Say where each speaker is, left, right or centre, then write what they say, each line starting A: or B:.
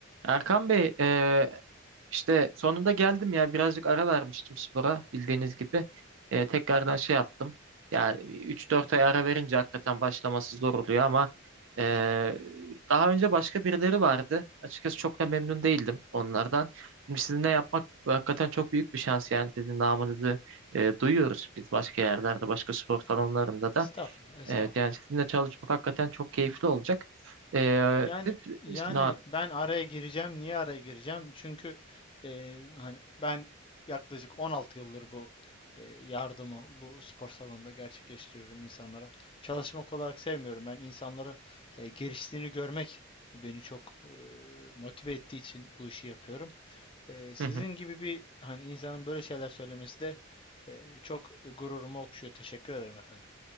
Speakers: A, on the right; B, on the left.
A: Erkan Bey, e, işte sonunda geldim ya birazcık ara vermiştim spora bildiğiniz gibi. E, tekrardan şey yaptım. Yani üç dört ay ara verince hakikaten başlaması zor oluyor ama e, daha önce başka birileri vardı. Açıkçası çok da memnun değildim onlardan. Şimdi sizinle yapmak hakikaten çok büyük bir şans yani sizin namınızı e, duyuyoruz biz başka yerlerde, başka spor salonlarında da.
B: Estağfurullah, estağfurullah.
A: E, yani sizinle çalışmak hakikaten çok keyifli olacak. E,
B: Yani
A: siz,
B: yani
A: siz- na-
B: ben araya gireceğim. Niye araya gireceğim? Çünkü e, hani ben yaklaşık 16 yıldır bu e, yardımı bu spor salonunda gerçekleştiriyorum insanlara. Çalışmak olarak sevmiyorum. Ben insanlara e, geliştiğini görmek beni çok e, motive ettiği için bu işi yapıyorum. E, sizin
A: <laughs>
B: gibi bir hani insanın böyle şeyler söylemesi de e, çok gururumu okşuyor. Teşekkür ederim efendim.